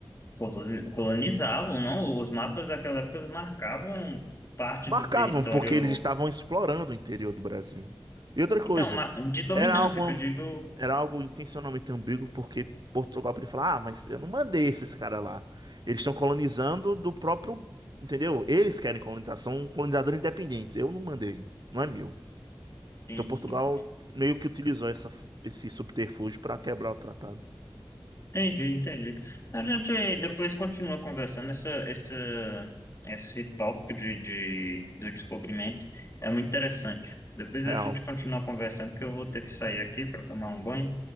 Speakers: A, on the left; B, on the right.
A: Coloni- Colonizavam, não? Os mapas daquela época marcavam parte
B: Marcavam,
A: do território.
B: porque eles estavam explorando o interior do Brasil. E outra
A: Então,
B: coisa,
A: ma- de dominância,
B: era algo,
A: que eu digo.
B: era algo intencionalmente ambíguo, porque Portugal podia falar, ah, mas eu não mandei esses caras lá. Eles estão colonizando do próprio, entendeu? Eles querem colonizar, são colonizadores independentes. Eu não mandei, não é meu.
A: Sim,
B: Então Portugal
A: sim.
B: meio que utilizou essa, esse subterfúgio para quebrar o tratado.
A: Entendi, entendi. A gente depois continua conversando essa, essa, esse tópico de, de, do descobrimento. É muito interessante. Depois
B: Real.
A: a gente continua conversando, que eu vou ter que sair aqui para tomar um banho.